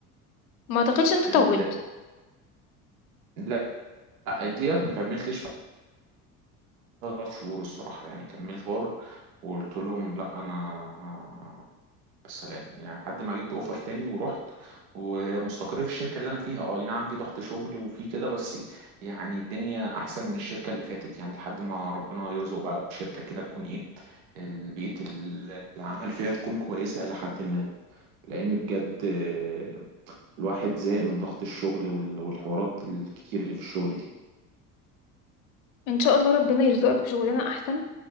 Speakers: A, on the left; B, on the right.
A: ما اعتقدش ان انت
B: ال-
A: طولت
B: لا ديت ما كملتش ثلاث شهور الصراحه يعني كملت شهور وقلت لهم لا انا سلام يعني لحد ما جبت اوفر تاني ورحت ومستقر في الشركه اللي انا فيها اه أي نعم في ضغط شغل وفي كده بس يعني الدنيا احسن من الشركه اللي فاتت يعني لحد ما ربنا يرزق بقى بشركه كده تكون ايه البيئه ال- العمل فيها تكون كويسه الى حد ما لان بجد آه، الواحد زهق من ضغط الشغل وال- والحوارات الكتير اللي في الشغل دي
A: ان شاء الله ربنا يرزقك بشغلانه احسن